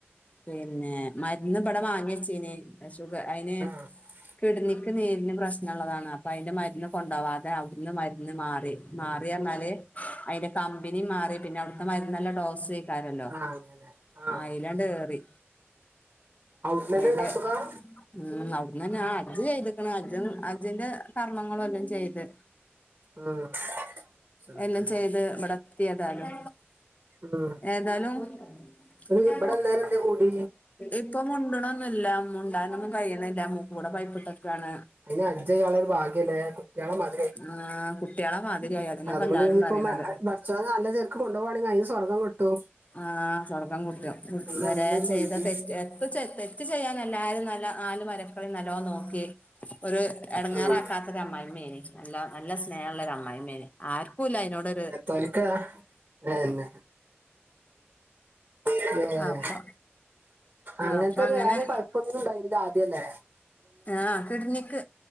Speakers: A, on the left; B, on the right.
A: പിന്നെ മര്ന്ന്ബട വാങ്ങിച്ചീനി സുഖ അയിന്
B: <inaudible>
A: കിഡ്നിക്ക് നീരിന് പ്രശ്നള്ളതാണ് അപ്പയിന്റെ മര്ന്ന് കൊണ്ടോവാതെ അവ്ട്ന്ന് മര്ന്ന് മാറി മാറിഅർഞ്ഞാല് അയിന്റ കമ്പിനി മാറി പിന്നവ്ട്ത്തെ മരുന്നെല്ല ഡോസെയ്‌ക്കാരല്ലോ
B: ആഹ് അങ്ങനെ ആഹ്
A: അയിലാണ്ട് കേറി
B: അവിടുന്ന്
A: അയിലെ
B: ഇണ്ട് അസുഖം
A: ഊം അവ്ട്ന്നന്നെ ആ അജ്ജ് ചെയ്ത്ക്ക്ണ് അജ്ജും അജ്ജ്ന്റെ കർമ്മങ്ങളു എല്ലം ചെയ്ത് <inaudible>
B: ഉം ചെറുപ്പേ
A: എല്ലം ചെയ്ത് ബടെത്ത്യേതാലും
B: ഉം
A: ഏതാലും <unintelligible>
B: ഇത് ഇവിടെ അന്നേരം എന്തേ കൂടി
A: ഇപ്പം മുണ്ട്ണൊന്ന്ല്ല മുണ്ടാനൊന്നും കയ്യ്ണ്ല്ല മൂക്ക്കൂടെ പൈപ്പിട്ടേക്കാണ്
B: അയിനജ്ജയാള്ളൊര് ഭാഗ്യണ്ടായാ കുട്ട്യാളു മ <inaudible>
A: ആഹ് കുട്ടികളെ മാതിരിയായി അതന്നെപ്പ
B: അത്
A: എല്ലാരും
B: കൊണ്ട് ഞ്ഞിപ്പ
A: പറയണത്
B: മ അ ബ ച്ചോനല്ലചേൽക്ക് കൊണ്ടോവാണെ അയിന് സ്വർഗം ക്‌ട്ടു
A: ആഹ് സ്വർഗം കുട്ട ഉം ത്‌വരേ
B: അങ്ങനെ ഒരു
A: ചെയ്തതെറ്റ്
B: മൈൻഡ്
A: എത്തു ചെ തെറ്റ്ചെയ്യാൻ തെല്ലാരും നല്ല ആല് മര്‌ക്കളെം നല്ലോ നോക്കി ഒര് എടങ്ങാറാക്കാ
B: ഉം
A: ഒരമ്മായ്മ്മെനി നല്ല നല്ല സ്നേഹള്ളൊരമ്മായ്മ്മേ ആര്ക്കുല്ലയിനോട്
B: അങ്ങൻ തൊല്ക്ക ഏ ന്ന <inaudible> ഏഹ്
A: അപ്പൊ
B: അങ്ങൻത്തൊര്
A: അപ്പൊ അങ്ങനെ
B: വേറെ കൊയപ്പൊന്നുണ്ടായിര്ദാദ്യല്ലേ
A: ആഹ് കിഡ്നിക്ക്